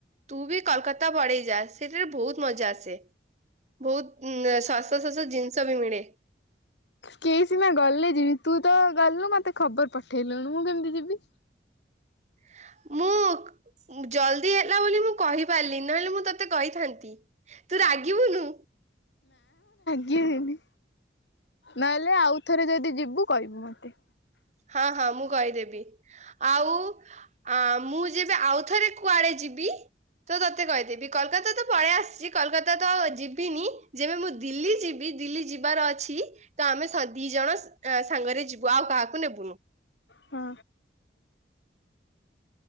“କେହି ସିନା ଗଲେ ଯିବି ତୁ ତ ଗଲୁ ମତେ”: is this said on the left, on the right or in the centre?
Left